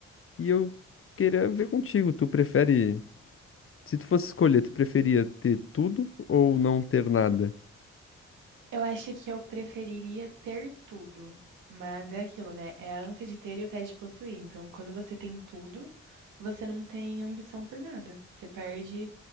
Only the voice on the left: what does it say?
E eu queria ver contigo, tu prefere, se tu fosse escolher, tu preferia ter tudo ou não ter nada?